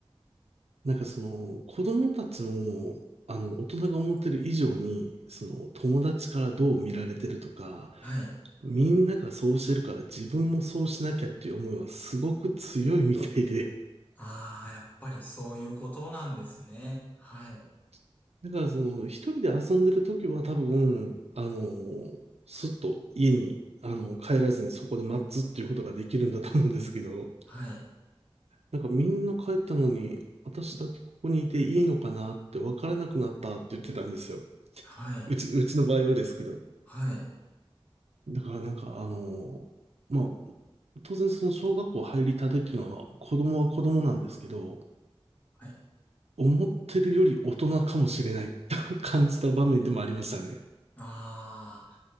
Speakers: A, on the right; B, on the left.
A: なんかその子供たちも、あの、大人が思ってる以上に、その友達からどう見られてるとか、
B: はい。
A: みんながそうしてるから自分もそうしなきゃっていう思いはすごく強いみたいで。
B: ああ、やっぱりそういうことなんですね。はい。
A: <laughs> だからその一人で遊んでる時は多分、あの、すっと家に、あの、帰らずにそこで待つっていうことができるんだと思うんですけど、
B: はい。
A: なんかみんな帰ったのに、私だけここにいていいのかなって分からなくなったって言ってたんですよ。
B: はい。
A: うち、うちの場合はですけど。
B: はい。
A: だからなんか、あの、まあ、当然その小学校入りたてっていうのは、子供は子供なんですけど、
B: はい。
A: 思ってるより大人かもしれないと <laughs> 感じた場面でもありましたね。
B: ああ、